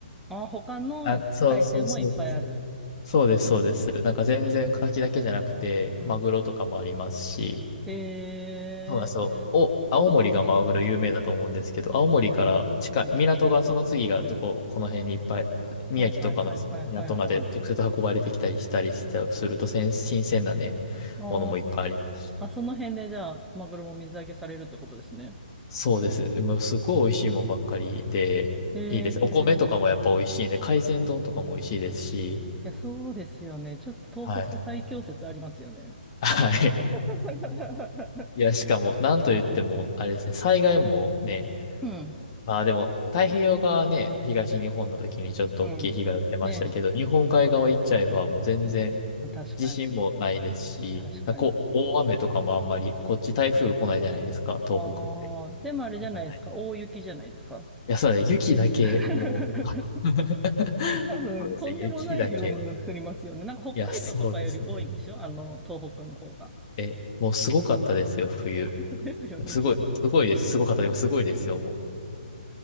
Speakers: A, in the centre; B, on the left.
A: あ、他の海鮮もいっぱいある。
B: あ、そうそうそうです。そうです、そうです。なんか全然牡蠣だけじゃなくて、
A: うん。
B: マグロとかもありますし、
A: へえー、
B: そうなんですよ。お、青森がマグロ有名だと思うんですけど、
A: そうですね。
B: 青森から近い、
A: うん。
B: 港がその次が、こう、この辺にいっぱい、宮城とかの港まで直接運ばれてきたりしたりした、
A: はいはいはいはいはいはい。あ
B: すると、せん新鮮なね、
A: ー
B: ものもいっぱいありますし。
A: あ、その辺でじゃあ、マグロも水揚げされるってことですね。
B: そうです。もうすごい美味しいもんばっかりで、
A: へえー、
B: いいです。お米とかもやっぱ美味しいんで、
A: い
B: 海鮮丼とかも美味しいですし、
A: や、そうですよね。ちょっと東北最強説ありますよね。
B: はい。は
A: <laughs>
B: い。<laughs> いや、しかも、なんと言っても、あれですね、災害もね、
A: うん。
B: まあでも、太平洋側ね、東日本の時にちょっと大きい被害を受けましたけど、
A: うん。ねえ。
B: 日本海側行っちゃえばもう全然
A: まあ、確かに。
B: 地震もないですし、
A: 確かに。
B: こう、大雨とかもあんまり、こっち台風来ないじゃないですか、東北って。
A: ああ、でもあれじゃないですか。
B: だからない
A: 大雪じゃないですか。
B: いや、そうだね。雪だけ、
A: <laughs>
B: もう。<laughs>
A: 多分、
B: そうですね。
A: とんでもない量の降りますよね。
B: 雪だけ。
A: なんか北海道とかより多いんでしょあの、
B: いや、そうですね。
A: 東北の方が。
B: え、もうすごかったですよ、冬。
A: <laughs> ですよね、
B: すごい、
A: きっと。
B: すごいです。すごかった。でもすごいですよ、も